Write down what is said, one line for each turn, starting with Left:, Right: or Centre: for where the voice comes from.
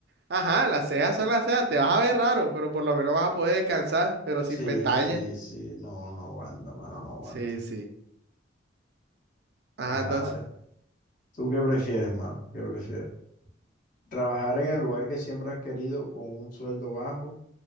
Right: Ajá, las cejas son las cejas, te vas a ver raro, pero por lo menos vas a poder descansar, pero sin
Left: Sí,
Right: pestañas.
Left: sí, sí. No, no aguanta, mano, no aguanta.
Right: Sí, sí. Ajá,
Left: Ajá,
Right: entonces,
Left: ¿Tú qué prefieres, mano? ¿Qué prefieres? ¿Trabajar en el lugar que siempre has querido con un sueldo bajo